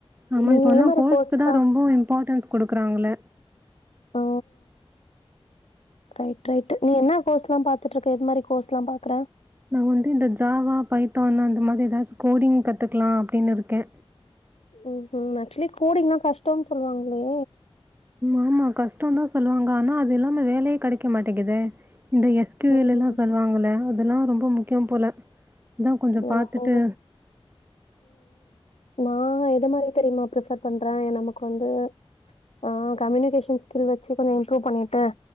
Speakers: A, on the right; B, on the left.
A: ஆமா
B: நீ
A: இப்போ
B: எது
A: எல்லா
B: மாரி
A: கோர்ஸக்கு
B: கோர்ஸ்லா
A: தா ரொம்ப இம்பார்ட்டன்ஸ் குடுக்குறாங்கள
B: ஒ ரைட் ரைட் நீ என்ன கோர்ஸ்ல்லா பாத்துட்டு இருக்க எது மாரி கோர்ஸ் எல்லா பாக்குற
A: நா வந்து இந்த ஜாவா பைத்தான் அந்த மாதிரி ஏதாச்சு கோடிங் கத்துக்கலா அப்டின்னு இருக்கே
B: ஒ ஹோ ஆக்சுவலி கோடிங்கனா கஷ்டம்ன்னு சொல்லுவாங்களே
A: ஆமா கஷ்டோ தா சொல்லுவாங்க ஆனா அது இல்லாம வேலயே கெடைக்க மாட்டேங்குதே இந்த எஸ் டி
B: ம்
A: வி ல எல்லா சொல்லுவாங்கள அதெல்லா ரொம்ப முக்கியோ போல அதா கொஞ்சோ
B: ஓஹோ!
A: பாத்துட்டு
B: நா எத மாரி தெரியுமா ப்ரிஃபர் பண்றே நமக்கு வந்து அ கம்யூனிகேஷன் ஸ்கில் வச்சு கொஞ்சோ இம்ப்ரூவ் பண்ணிட்டு